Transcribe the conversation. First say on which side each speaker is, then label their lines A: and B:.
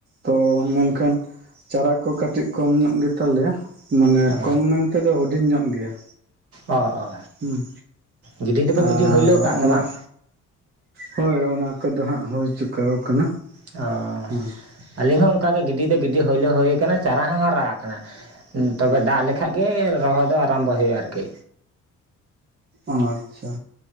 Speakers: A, on the right; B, on the right.
A: ᱛᱚ ᱢᱮᱱ ᱠᱷᱟᱱ ᱪᱟᱨᱟ ᱠᱚ ᱠᱟᱴᱤᱡ ᱠᱚᱢ ᱧᱚᱜ ᱜᱮᱛᱟ ᱞᱮᱭᱟ᱾ ᱢᱟᱱᱮ
B: ᱚ
A: ᱠᱚᱢ ᱢᱮᱱᱛᱮ ᱫᱚ ᱦᱩᱰᱤᱧ ᱧᱚᱜ ᱜᱮᱭᱟ,
B: ᱚ ᱚ
A: ᱦᱩᱸ
B: ᱜᱤᱰᱤ ᱫᱚᱵᱮᱱ
A: ᱟᱨ
B: ᱜᱤᱰᱤ ᱦᱩᱭᱞᱟᱹᱣ ᱠᱟᱜᱼᱟ
A: ᱚᱱᱟ᱾
B: ᱛᱚ ᱵᱟᱝ
A: ᱦᱳᱭ ᱚᱱᱟ ᱠᱚᱫᱚ ᱦᱟᱸᱜ ᱦᱳᱭ ᱪᱩᱠᱟᱣ ᱠᱟᱱᱟ
B: ᱚᱸᱪᱷᱟ
A: ᱦᱮᱸ
B: ᱟᱹᱞᱤᱧ ᱦᱚᱸ ᱚᱱᱠᱟ ᱜᱮ ᱜᱤᱰᱤ ᱫᱚ ᱜᱤᱰᱤ ᱦᱚᱭᱞᱳ ᱦᱳᱭ ᱠᱟᱱᱟ ᱪᱟᱨᱟ ᱦᱚᱸ ᱦᱟᱨᱟ ᱠᱟᱱᱟ᱾ ᱩᱸ ᱛᱚᱵᱮ ᱫᱟᱜ ᱞᱮᱠᱷᱟᱡ ᱜᱮ ᱨᱚᱦᱚᱭ ᱫᱚ ᱟᱨᱟᱢᱵᱚ ᱦᱩᱭᱩᱜ-ᱟ ᱟᱨ ᱠᱤ
A: ᱚᱸ ᱟᱪᱪᱷᱟ